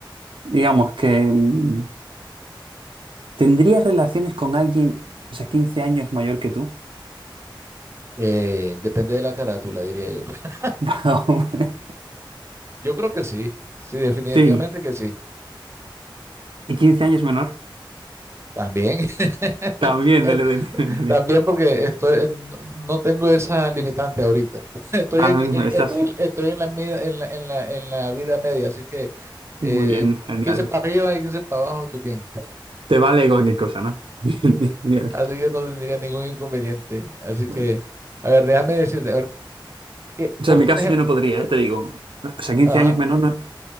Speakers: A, on the right; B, on the right.
A: Digamos que mm, ¿tendrías relaciones con alguien, o sea, 15 años mayor que tú?
B: Eh, depende de la carátula, diría yo. <laughs>
A: <laughs> Va, hombre.
B: Yo creo que sí. Sí, definitivamente
A: Sí.
B: que sí.
A: ¿Y quince años menor?
B: También, <laughs>
A: También,
B: eh,
A: desde la infancia.
B: también porque estoy, eh, no no tengo esa limitante ahorita. <laughs> Estoy
A: Ahora
B: en,
A: mismo
B: eh,
A: estás
B: estoy, estoy en la, media- en la, en la, en la vida media, así que eh,
A: muy bien, genial.
B: 15 para arriba y 15 para abajo, estoy bien.
A: Te vale cualquier cosa, ¿no? <laughs> Bien, Genial.
B: Así que no tendría ningún inconveniente. Así
A: Bueno.
B: que, a ver, déjame decirte, a ver, ¿qué-
A: O sea,
B: vos,
A: en mi
B: por
A: caso yo no podría, ya te digo. O sea, quince
B: Ajá.
A: años menor no,